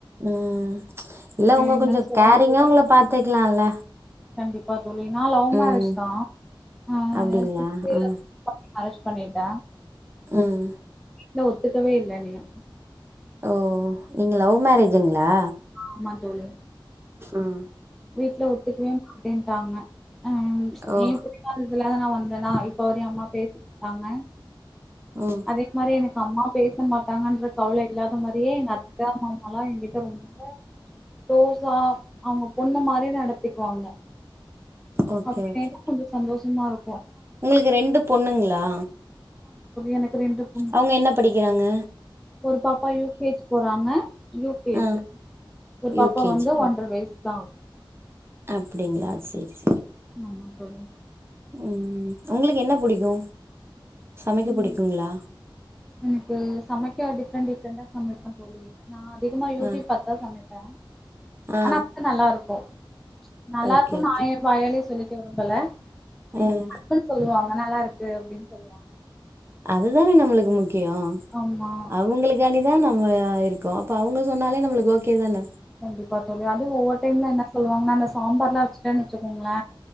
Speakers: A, on the right; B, in the centre.
A: ம் இல்ல அவுங்க
B: என்னன்னு
A: கொஞ்சோ
B: சொல்லவு
A: கேரிங்கா
B: முடில
A: உங்கள பாத்துக்கலால்ல
B: கண்டிப்பா தோழி நா லவ் மேரேஜ்
A: ம்
B: தா அ <unintelligible>
A: அப்டிங்களா ம்
B: மேரேஜ் பண்ணிட்ட
A: ம்
B: வீட்ல ஒத்துக்கவே இல்ல என்னையு
A: ஓ நீங்க லவ் மேரேஜுங்களா
B: ஆமா தோழி
A: ம்
B: வீட்ல ஒத்துக்கவே மாட்டேன்ட்டாங்க அ ப்ச்
A: ஓ
B: ஏ புடிவாதத்துல தா நா வந் நா இப்ப வரயு அம்மா பேச ட்டாங்க
A: ம்
B: அதே மாரி எனக்கு அம்மா பேச மாட்டாங்கன்ற கவல இல்லாத மாரியே எங்க அத்த மாமாலா எங்கிட்ட ரொம்ப குளோஸா அவங்கப் பொண்ணு மாரி நடத்திக்குவாங்க
A: ஓகே
B: அப்டி
A: ஓகே
B: வரைக்கு கொஞ்ச சந்தோஷ் டுமாரோ
A: உங்களுக்கு ரெண்டு பொண்ணுங்களா
B: எனக் ரெண்டு பொண்ணு
A: அவங்க என்ன படிக்கிறாங்க
B: ஒரு பாப்பா யூ கே ஜி போறாங்க யூ கே
A: ஆ
B: ஜு ஒரு
A: யூ
B: பாப்பா
A: கே
B: வந்து
A: ஜி
B: ஒன்ர வயசு தா
A: அப்டிங்களா சேரி சேரி
B: ஆமா தோழி
A: ம் உங்களுக்கு என்ன புடிக்கு சமைக்க
B: ம்
A: புடிக்குங்களா
B: எனக்கு சமைக்க டிப் டிப்ரெண் டிப்ரெண்டா சமைப்பே தோழி நா அதிகமா யூட்யூப்
A: ஆ
B: பாத்தா சமைப்பே
A: ஆ
B: ஆனா வந்து நல்லா இருக்கு நல்லா
A: ஓகே
B: இருக்கு நா
A: ஓகே
B: ஏ வாயாலயே சொல்லி கே விரும்பலே எங்
A: ம்
B: ஹஸ்பண்ட் சொல்லுவாங்கே நல்லா இரு தே அப்டின் சொல்லுவாங்கே
A: அதுதானே நம்முளுக்கு முக் கியோ
B: ஆமா
A: அவுங்கிளுக்காண்டி தா நாங்க இருக்கோ அப்ப அவங்க சொன்னாலே நம்மளுக்கு ஓகே தான
B: கண்டிப்பா தோழி அதும் ஒவ்வொரு டைம்ல என்ன சொல்லுவாங்கனா அந்த சாம்பார்லா வச்டேனு வச்சுக்கோங்ளே